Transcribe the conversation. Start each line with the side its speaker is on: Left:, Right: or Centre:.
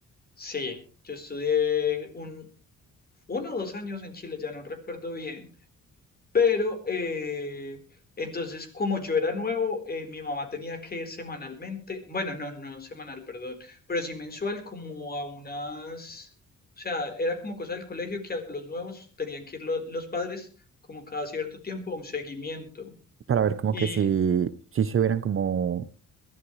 Left: sí, yo estudié un, uno o dos años en Chile, ya no recuerdo bien. Pero eh, entonces, como yo era nuevo, eh, mi mamá tenía que ir semanalmente, bueno, no, no semanal, perdón, pero sí mensual, como a unas, o sea, era como cosa del colegio que a los nuevos tenían que ir lo- los padres como cada cierto tiempo a un seguimiento.
Right: Para ver como
Left: Y
Right: que si, si se hubieran como...